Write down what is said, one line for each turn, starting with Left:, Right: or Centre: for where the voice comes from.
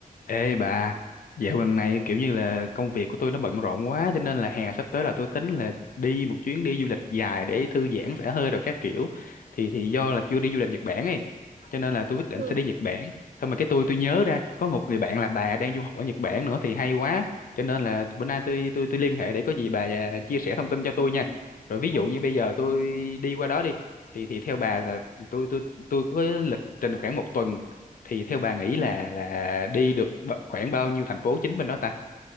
Left: Ê bà, dạo gần này kiểu như là công việc của tôi nó bận rộn quá cho nên là hè sắp tới là tôi tính là đi một chuyến đi du lịch dài để thư giãn xả hơi rồi các kiểu. Thì thì do là chưa đi du lịch Nhật Bản ấy, cho nên là tôi quyết định
Right: Ừ,
Left: sẽ đi Nhật Bản. Xong rồi cái tôi tôi nhớ ra có một người bạn là bà đang du học ở Nhật Bản nữa thì hay quá. Cho nên là bữa nay tôi tôi tôi liên hệ để có gì bà à, chia sẻ thông tin cho tôi nha. Rồi ví
Right: ok.
Left: dụ như bây giờ tôi đi qua đó đi thì thì theo bà là tôi tôi tôi có lịch trình khoảng một tuần thì theo bà nghĩ
Right: Ừ.
Left: là là đi được ba- khoảng bao nhiêu thành phố chính bên đó ta